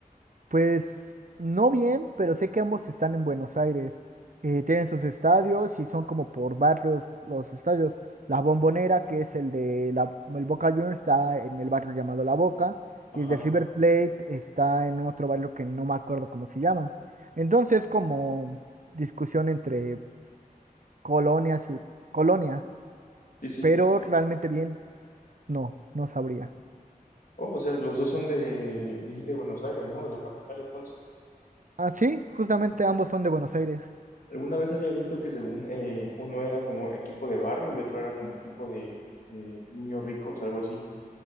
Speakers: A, on the right; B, on the left.
A: Pues no bien, pero sé que ambos están en Buenos Aires. Eh, tienen sus estadios y son como por barrios los estadios. La Bombonera, que es el de la, el Boca Juniors, está en el barrio llamado La Boca.
B: Ajá,
A: Y el de River Plate está en otro barrio que no me acuerdo cómo se llama. Entonces, como discusión entre colonias, y- colonias,
B: sí, sí.
A: pero realmente bien, no, no sabría.
B: Oh, o sea, los dos son de, dijiste, de Buenos Aires, ¿no? De la capital, entonces.
A: Ah, sí, justamente ambos son de Buenos Aires.
B: Alguna vez había visto que según eh, uno era como equipo de barrio y otro era como equipo de, de niños ricos, algo así.